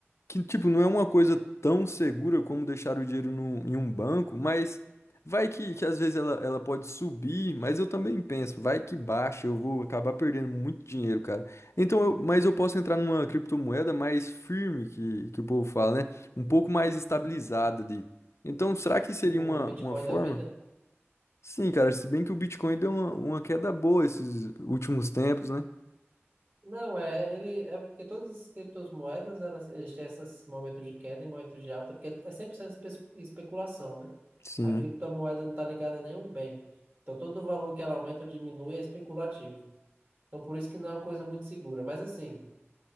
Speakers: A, on the left; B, on the right.
A: que tipo, não é uma coisa tão segura como deixar o dinheiro num- em um banco, mas vai que, que às vezes ela, ela pode subir, mas eu também penso, vai que baixa, eu vou acabar perdendo muito dinheiro, cara. Então, eu- mas eu posso entrar numa criptomoeda mais firme, que, que o povo fala, né? Um pouco mais estabilizada
B: Uhum.
A: ali. Então, será que seria
B: Tipo
A: uma,
B: um Bitcoin
A: uma forma?
B: da vida.
A: Sim, cara, se bem que o Bitcoin deu uma, uma queda boa esses últimos tempos, né?
B: Não, é, ele, é porque todas as criptomoedas, elas, eles têm esses momentos de queda e momentos de alta, porque é 100% espe- especulação, né?
A: Sim.
B: A criptomoeda não está ligada a nenhum bem. Então, todo o valor que ela aumenta ou diminui é especulativo. Então, por isso que não é uma coisa muito segura. Mas, assim,